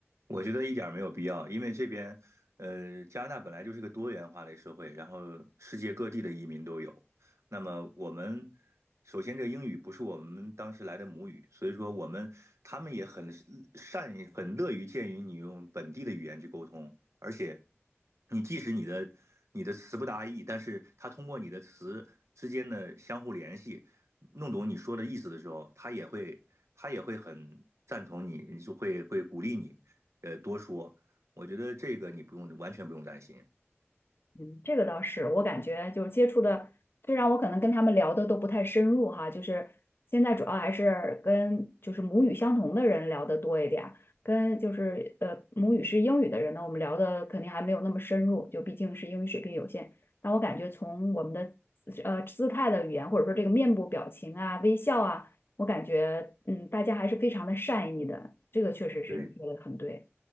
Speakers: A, on the right; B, on the left.
A: 我觉得一点儿没有必要，因为这边，呃，加拿大本来就是个多元化的社会，然后世界各地的移民都有。那么我们首先这个英语不是我们当时来的母语，所以说我们他们也很善于很乐于见于你用本地的语言去沟通，而且你即使你的你的词不达意，但是他通过你的词之间的相互联系，弄懂你说的意思的时候，他也会他也会很赞同你，就会会鼓励你。呃多说。我觉得这个你不用完全不用担心。
B: 嗯，这个倒是，我感觉就是接触的，虽然我可能跟他们聊的都不太深入哈，就是现在主要还是跟就是母语相同的人聊的多一点儿跟就是呃母语是英语的人呢，我们聊的肯定还没有那么深入，就毕竟是英语水平有限。但我感觉从我们的呃姿态的语言，或者说这个面部表情啊、微笑啊，我感觉嗯大家还是非常的善意的，这个确实是你说的很对。
A: 对，